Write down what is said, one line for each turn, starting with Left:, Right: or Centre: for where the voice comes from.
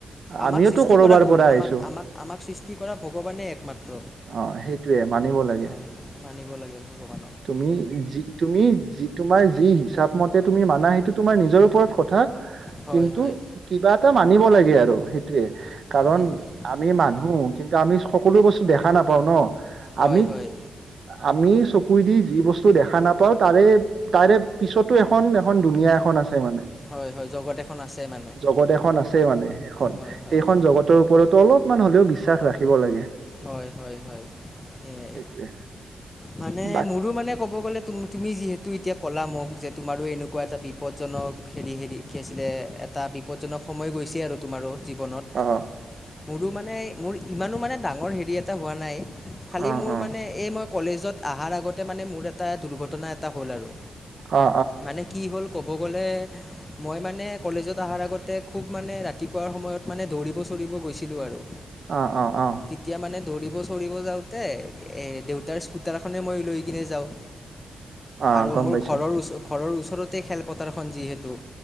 Left: আমাক
Right: আমিওতো
Left: সৃষ্টি
Right: কৰবাৰ
Left: কৰা কোন
Right: পৰা আহিছো
Left: আমাক আমাক আমাক সৃষ্টি কৰা ভগৱানে একমাত্ৰ
Right: অ সেইটোয়ে মানিব লাগে
Left: হয় মানিব লাগে ভগৱান।
Right: তুমি যি তুমি তোমাৰ যি হিচাপ মতে তুমি মানা সেইটো তোমাৰ নিজৰ ওপৰত কথা।
Left: হয়
Right: কিন্তু
Left: হয়
Right: কিবা এটা মানিব লাগিব গে আৰু সেইটোৱে কাৰণ
Left: সেয়াই
Right: আমি মানুহ কিন্তু আমি সকলো বস্তু দেখা নাপাওঁ ন।
Left: হয়
Right: আমি
Left: হয়
Right: আমি চ- কুই দি যি বস্তু দেখা নাপাও তাৰে তাৰে পিছতো এখন এখন ধুনীয়া এখন আছে- ছে মানে
Left: হয় হয় জগত এখন আছে মানে
Right: জগত এখন আছে মানে সেইখন খন
Left: হয় হয়
Right: সেইখন জগতৰ ওপৰতো অলপমান হলেও বিশ্বাস ৰাখিব লাগে।
Left: হয় হয় হয় সেয়াই
Right: সেইটোৱে
Left: মানে নে
Right: বাক
Left: মোৰো মানে ক'ব গ'লে তুমি যিহেতু এতি- এতিয়া ক'লা মোক যে তোমাৰো এনেকুৱা এটা বিপদজনক হেৰি হেৰি কি আছিলে এটা বিপদজনক সময়ত গৈছে আৰু তোমাৰো জীৱনত
Right: অ
Left: মোৰো মানে মোৰ ইমানো মানে ডাঙৰ হেৰি এটা হোৱা নাই। খালি
Right: অ
Left: মোৰ
Right: অ
Left: মানে এই মই কলেজত অহাৰ আগতে মানে মোৰ এটা দুৰ্ঘটনা এটা হ'ল আৰু
Right: অ অ
Left: মানে কি হ'ল ক'ব গ'লে মই মানে কলেজত অহাৰ আগতে খুব মানে ৰাতিপুৱাৰ সময়ত মানে দৌৰিব চৰিব গৈছিলোঁ আৰু।
Right: অ অ অ
Left: তেতিয়া মানে দৌৰিব চৰিব যাওঁতে এ দেউ- স্কুটাৰখনে মই লৈ কিনে যাওঁ
Right: অ
Left: আৰু
Right: গম
Left: মোৰ
Right: পাইছো
Left: ঘৰৰ ওচ ঘৰৰ ওচৰতে খেলপথাৰখন যিহেতু